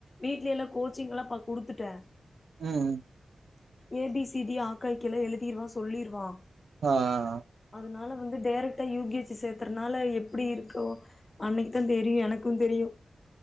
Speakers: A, on the left (about 30°); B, on the right (about 80°).
A: வீட்ல எல்லா கோச்சிங்லா பக் குடுத்துட்டன்
B: ம் ம்
A: ஏ பி சி டி ஆ கா இக் கி லா எழுதிருவா சொல்லிருவா
B: ஆ அ
A: அதுநால வந்து டேரக்ட யூ கே ஜி சேத் அனால எப்டி இருக்கோ அன்னிக்கு தா தெரியு எனக்கு தெரியு